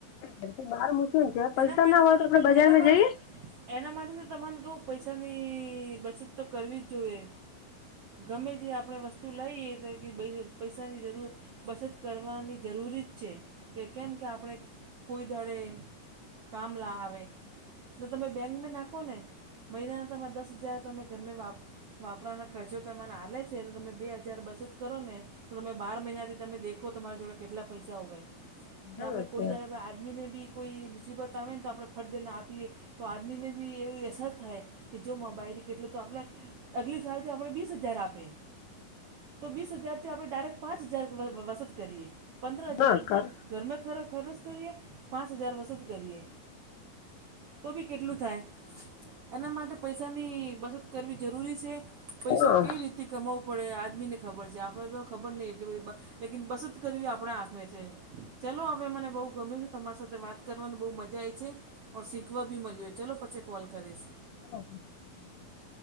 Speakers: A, on the left; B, on the right.
A: ઘર થી બહાર મૂક્યું ને જ પૈસા
B: એના માટે
A: ના હોય તો આપડે બજારમાં
B: એના માટે
A: જઈએ.
B: એના માટે તો તમાને કવું પૈસાની બચત તો કરવી જ જોઈએ. ગમે જે આપણે વસ તું લઈ કે પૈસાની જરૂ બચત કરવાની જરૂરી જ છે. કે કેમ કે આપણે કોઈ દાડે કામ લા આવે તો તમે બેંકમાં નાખો ને. મહિના તોમાં દસ હજાર તમે ઘરમાં વાપ વાપરાના ખર્ચો તોમન આલે છે તો તમે બે હજાર બચત કરો ને. તો તમે બાર મહિનાથી તમે દેખો તમારી જોડે કેટલા પૈસા હોવે.
A: બરાબર
B: ના આપડે કોઈ
A: છે.
B: દાડે પ આદમી ને બી કોઈ બતાવે ને તો આપણે ફરદે ના આપીએ તો આદમી ને બી એવી અસર થાય કે જો મા બાયરી કે એટલે તો આપલે અગલી સાલથી આપણે બીસ હજાર આપે. તો બીસ હજાર થી આપણે ડાયરેક્ટ પાંચ હજાર <unintelligible> વસત કરીએ. પંદ્ર
A: હા
B: હજાર
A: કર
B: ઘરમાં ખરચ કરીએ પાંચ હજાર વસત કરીએ. તો ભી કેટલું થાય એના માટે પૈસાની બચત કરવી જરૂરી છે. પૈસો
A: હા
B: કઈ રીતે કમાવું પડે આદમી ને ખબર છે આપડ તો ખબર નહ એટલી બધી બ લેકિન બસત કરવી આપણા હાથમે છે ચલો હવે મને બહુ ગમેલું તમારી સાથે વાત કરવાનું બહુ મજા આઈ છે શીખવા બી મલ્યું હો ચલો પછી કોલ કરીશ.
A: <unintelligible>